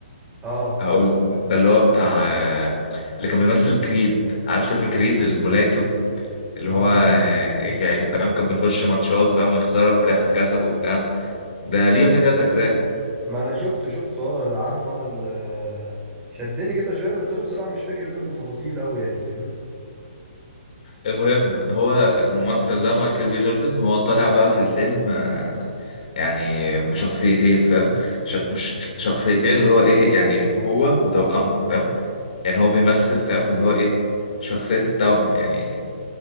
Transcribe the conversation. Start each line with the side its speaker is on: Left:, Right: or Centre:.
Right: اه
Left: هقول ده اللي هو بتاع آه، اللي كان بيمثل كريد عارف فيلم كريد الملاكم اللي
Right: اه
Left: هو يعني كان فاهم كان بيخش ماتشات فاهم ويخسرها وفي الاخر كسب وبتاع ده ليه يا ابني تلات اجزاء
Right: ما انا شفته شفته اه ده عارفه انا اللي شدني كده شويه بس انا بصراحه مش فاكر منه تفاصيل قوي يعني فاهم
Left: المهم هو الممثل ده مايكل بي جوردن هو طالع بقى في الفيلم آه، يعني بشخصيتين فاهم شخ... مش شخصيتين اللي هو ايه يعني هو وتوأمه فاهم يعني هو بيمثل فاهم اللي هو ايه شخصية التوأم يعني